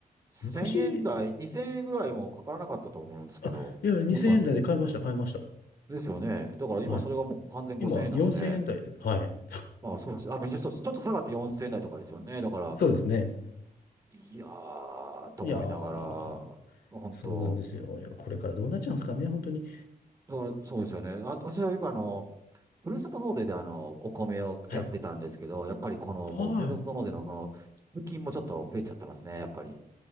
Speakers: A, on the right; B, on the left.
A: 1000円台、
B: 昔、
A: 2000円ぐらいもかからなかったと思うんですけど、
B: あ、いや、2000円台で買いました、
A: もう今、
B: 買いました。
A: ですよね。だから今それがもう完全5000円なので、
B: はい。今、4000円台で、はい。<laughs>
A: まあ、そうです。あ、ちょっとちょっと下がって4000円台とかですよね。だから、
B: そうですね。
A: いやー、と思いながら、
B: いやー、
A: 本当、
B: そうなんですよ。いや、これからどうなっちゃうんですかね、本当に。
A: だからそうですよね。あ、私はよくあの、ふるさと納税であの、お米をやってたんですけど、
B: はい。
A: やっぱりこの、
B: はい。
A: もうふるさと納税のこの、寄付金もちょっと増えちゃってますね、やっぱり。